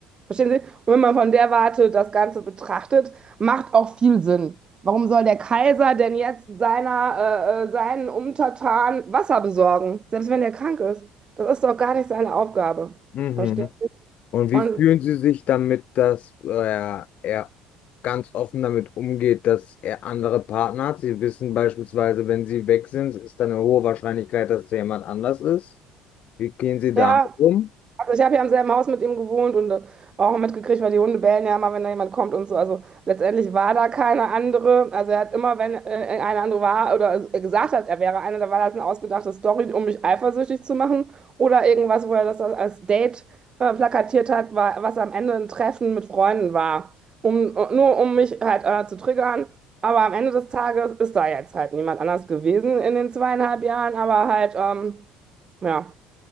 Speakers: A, on the right (about 35°); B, on the left (about 60°).
A: Verstehen Sie? Und wenn man von der Warte das Ganze betrachtet, macht auch viel Sinn. Warum soll der Kaiser denn jetzt seiner, äh, äh, seinen Untertanen Wasser besorgen, selbst wenn er krank ist? Das ist doch gar nicht seine Aufgabe.
B: Mhm.
A: Verstehen?
B: Und
A: Und
B: wie fühlen Sie sich damit, dass äh, er ganz offen damit umgeht, dass er andere Partner hat? Sie wissen beispielsweise, wenn Sie weg sind, ist dann eine hohe Wahrscheinlichkeit, dass es jemand anders ist. Wie gehen Sie damit
A: ja,
B: um?
A: Also ich habe ja im selben Haus mit ihm gewohnt und äh, auch mitgekriegt, weil die Hunde bellen ja immer, wenn da jemand kommt und so. Also letztendlich war da keine andere. Also er hat immer, wenn äh, eine andere war oder gesagt hat, er wäre eine, da war das eine ausgedachte Story, um mich eifersüchtig zu machen oder irgendwas, wo er das als Date äh, plakatiert hat, war, was am Ende ein Treffen mit Freunden war, um nur um mich halt äh, zu triggern. Aber am Ende des Tages ist da jetzt halt niemand anders gewesen in den zweieinhalb Jahren, aber halt ähm, ja.